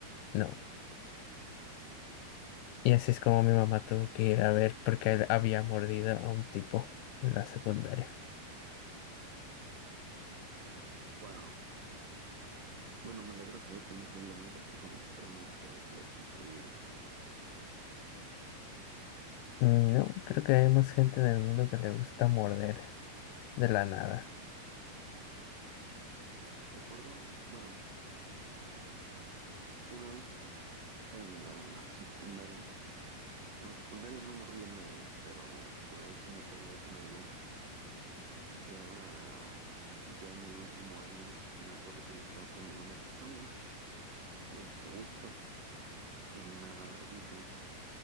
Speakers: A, on the left (about 85°); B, on the right (about 55°).
A: no. Y así es como mi mamá tuvo que ir a ver porque él había mordido a un tipo en la secundaria.
B: Wow. Bueno, me alegra saber que no soy la única persona extraña que ha hecho eso en su vida.
A: Mm, No, creo que hay más gente en el mundo que le gusta morder de la nada.
B: Recuerdo, bueno, una vez en la secundaria, en la secundaria no mordí a nadie, pero una vez sí me peleé con alguien. Era ya en el último año y me acuerdo que yo estaba comiéndome mi sándwich bien a gusto en una bardita